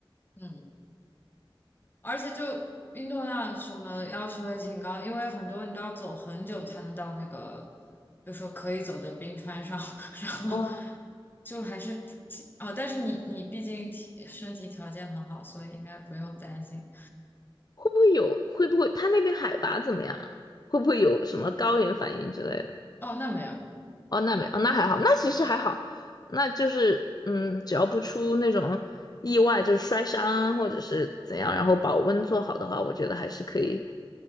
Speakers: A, on the left; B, on the left.
A: 嗯，而且就运动量什么要求也挺高，因为很多你都要走很久才能到那个，比如说可以走的冰川上，<laughs> 然后
B: 嗯，
A: 就还是挺哦，但是你你毕竟体身体条件很好，所以应该不用担心。
B: 会不会有？会不会它那边海拔怎么样啊会不会有什么高原反应之类的？
A: 哦，那没有。
B: 哦，那没，哦，那还好，那其实还好，那就是，嗯，只要不出那种意外，就是摔伤啊或者是怎样，然后保温做好的话，我觉得还是可以，